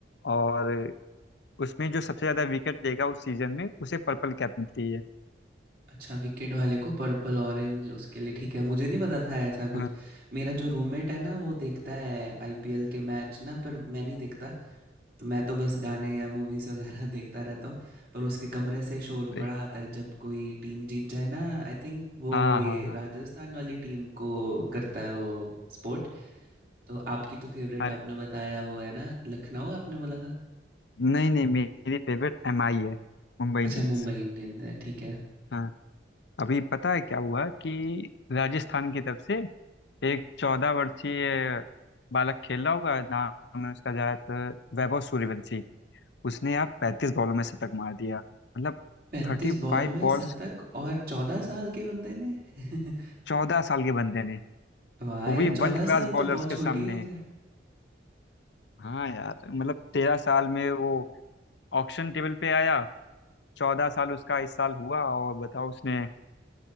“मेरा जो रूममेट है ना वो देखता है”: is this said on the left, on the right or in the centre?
Right